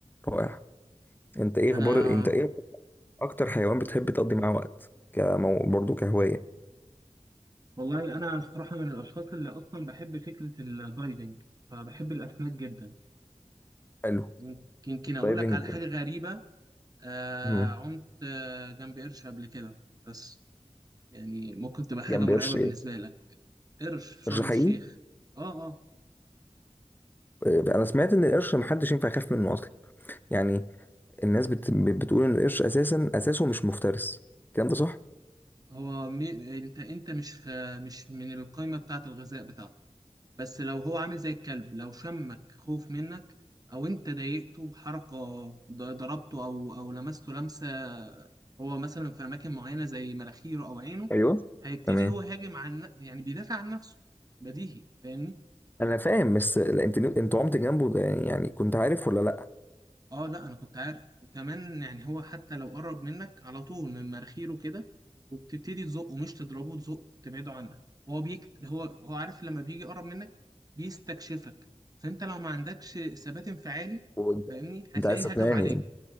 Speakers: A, on the left; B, on the right.
A: رائع انت ايه
B: انا
A: اخبار انت ايه اكتر حيوان بتحب تقضي معاه وقت كمو... برضه كهواية
B: والله انا الصراحه من الاشخاص اللي اصلا بحب فكره الدايفنج فبحب الاسماك جدا
A: حلو
B: يمكن يمكن اقول
A: دايفنج
B: لك على حاجه غريبه آه
A: مم.
B: عمت آه جنب قرش قبل كده بس يعني ممكن تبقى حاجه
A: جنب
B: مرعبه
A: قرش ايه
B: بالنسبه لك قرش في شرم
A: قرش حقيقي
B: الشيخ اه اه
A: آه، انا سمعت ان القرش محدش ينفع يخاف منه اصلا يعني الناس بت... بتقول ان القرش اساسا اساسه مش مفترس الكلام ده صح
B: هو مي... انت انت مش في... مش من القائمه بتاعه الغذاء بتاعته بس لو هو عامل زي الكلب لو شمك خوف منك او انت ضايقته بحركه ض- ضربته او او لمسته لمسه هو مثلا في اماكن معينه زي مناخيره او عينه
A: ايوه
B: هيبتدي
A: تمام
B: هو يهاجم عن ن- يعني بيدافع عن نفسه بديهي فاهمني
A: انا فاهم بس لا، انت انت عمت جنبه ده يعني كنت عارف ولا لا
B: اه لا انا كنت عارف وكمان يعني هو حتى لو قرب منك على طول من مناخيره كده وبتبتدي تزقه مش تضربه تزقه تبعده عنك هو بيك هو هو عارف لما بيجي يقرب منك بيستكشفك فانت لو ما عندكش ثبات انفعالي
A: وانت
B: فاهمني هتلاقيه
A: انت عايز تقنعني
B: هجم عليك